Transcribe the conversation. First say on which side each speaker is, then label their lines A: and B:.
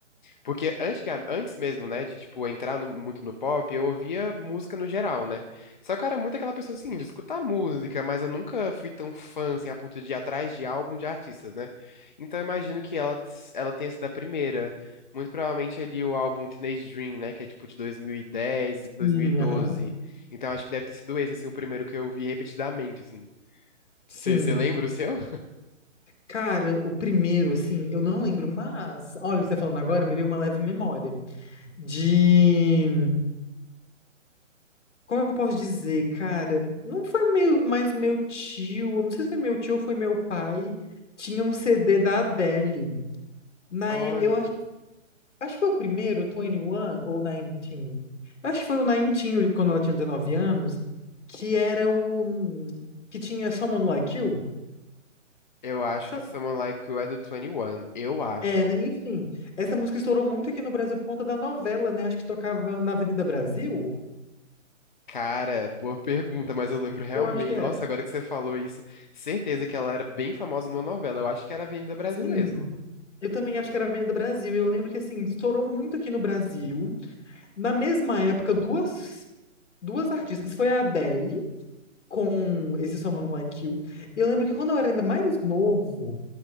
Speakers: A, on the left; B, on the left.
A: Porque antes, que a- antes mesmo, né, de, tipo, entrar no- muito no pop, eu ouvia música no geral, né? Só que eu era muito aquela pessoa, assim, de escutar música, mas eu nunca fui tão fã, assim, a ponto de ir atrás de álbum de artistas, né? Então eu imagino que ela, ela tenha sido a primeira. Muito provavelmente ali o álbum Teenage Dream, né, que é, tipo, de 2010, 2012.
B: Sim, aham.
A: Então acho que deve ter sido esse, assim, o primeiro que eu vi repetidamente, assim.
B: Sim.
A: Você lembra o seu?
B: Cara, o primeiro assim, eu não lembro, mas olha, você tá falando agora, me veio uma leve memória de Como eu posso dizer, cara, não foi meu, mais o meu tio, não sei se foi meu tio ou foi meu pai, tinha um CD da Adele. Na,
A: Olha,
B: e- eu acho Acho que foi o primeiro, o 21 ou 19. Acho que foi o 19, quando ela tinha 19 anos, que era o. hum, que tinha Someone Like You.
A: eu acho
B: Sa-
A: que Someone Like You é do 21, eu acho.
B: É, né? Enfim, essa música estourou muito aqui no Brasil por conta da novela, né? Acho que tocava na Avenida Brasil.
A: Cara, boa pergunta, mas eu lembro realmente.
B: Eu acho que
A: Nossa,
B: era.
A: agora que você falou isso, certeza que ela era bem famosa numa novela. Eu acho que era Avenida Brasil
B: Sim.
A: mesmo.
B: Eu também acho que era Avenida Brasil. Eu lembro que, assim, estourou muito aqui no Brasil. Na mesma época, duas, duas artistas. Foi a Adele com esse Someone Like You. E Eu lembro que quando eu era ainda mais novo.